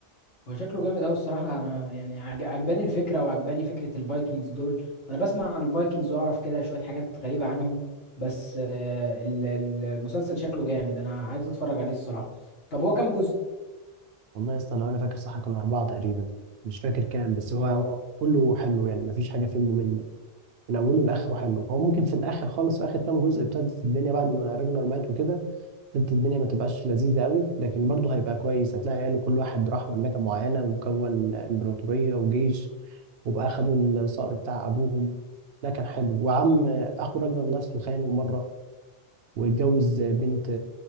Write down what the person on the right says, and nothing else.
والله يا اسطى لو انا فاكر صح كان أربعة تقريبا مش فاكر كام بس هو
هو كله حلو يعني مفيش حاجة فيه مملة من أوله لآخره حلو هو ممكن في الآخر خالص في آخر كام جزء ابتدت الدنيا بعد ما راجنر مات وكده ابتدت الدنيا ما تبقاش لذيذة قوي لكن برضه هيبقى كويس هتلاقي عياله كل واحد راح مملكة معينة وكون إمبراطورية وجيش وبقى خدوا الصقر بتاع أبوهم لا كان حلو وعم أخو راجنر نفسه خانه مرة واتجوز بنت